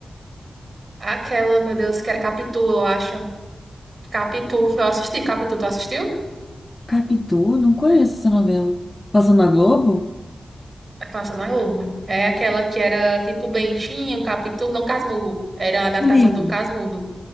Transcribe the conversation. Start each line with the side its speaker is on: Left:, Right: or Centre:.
Right: aquela, meu Deus, que era Capitu, eu acho. Capitu, eu assisti. Capitu, tu assistiu?
Left: Capitu? Não conheço essa novela. Passando na Globo?
Right: É que Passa na Globo. É aquela que era tipo Bentinho, Capitu, não Casmurro. Era a adaptação
Left: O livro.
Right: do Casmudo.